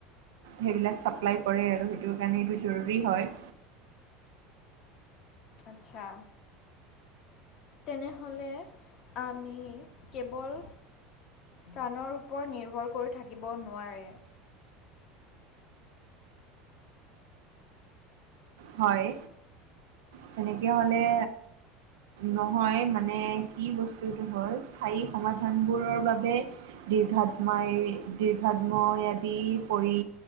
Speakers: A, on the right (about 80°); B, on the left (about 55°).
A: সেইবিলাক চাপ্লাই কৰে আৰু সেইটো কাৰণে এইটো জৰুৰী হয়।
B: আচ্ছা। তেনেহ'লে আমি কেৱল প্ৰাণৰ ওপৰত নিৰ্ভৰ কৰি থাকিব নোৱাৰে।
A: হয় তেনেকে হ'লে নহয় মানে কি বস্তুটো হ'ল স্থায়ী সমাধানবোৰৰ বাবে দীৰ্ঘাত্মই, দীৰ্ঘাত্ময় আদি পৰি